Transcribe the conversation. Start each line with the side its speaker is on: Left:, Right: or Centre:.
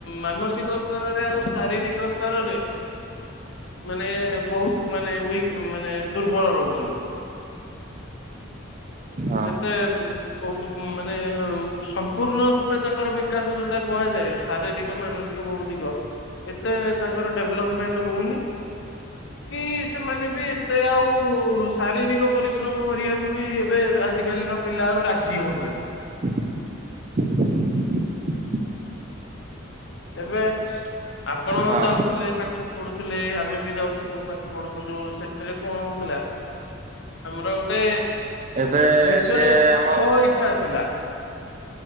Left: ମାନସିକ ସ୍ତରରେ ଆଉ ଶାରୀରିକ ସ୍ ସ୍ତରରେ ମାନେ ବୋହୁତ୍ ମାନେ ଉଇକ୍ ମାନେ ଦୁର୍ବଳ ରହୁଚନ୍ତି।
Right: ହଁ
Left: ସେତେ ଉଁ ଓ ଉଁ ଉଁ ମାନେ ହୋଉ ସମ୍ପୂର୍ଣ୍ଣ ରୂପେ ତାଙ୍କର ବିକାଶ ଯୋଉଟା କୁହାଯାଏ। ଶାରୀରିକ ମାନସିକ ଭୌତିକ ଏତେ ତାଙ୍କର ଡେଭଲପମେଣ୍ଟ୍ ହୋଉନି। କି ସେମାନେ ବି ଏତେ ଆଉ ସ୍ ଶାରୀରିକ ପରିଶ୍ରମ କରିବାକୁ ବି ଏବେ ଏବେ ଆଜିକାଲିର ପିଲା ଆଉ ରାଜି ହୋଉନାହାନ୍ତି।
Right: <inaudible>
Left: ଏବେ ଆପଣ
Right: ହଁ
Left: ଯାଉଥୁଲେ ପାଠ ପଢୁଥୁଲେ ଆମେ ବି ଯାଉଥୁଲୁ ପାଠ ପଢୁଥୁଲୁ ସେଥିରେ କଣ ହୋଉଥିଲା ଆମର ଗୋଟେ
Right: ଏବେ
Left: ନିଜର
Right: ସିଏ
Left: ସ୍-ସ୍ଵଇ
Right: ଆମ
Left: ଛା ଥିଲା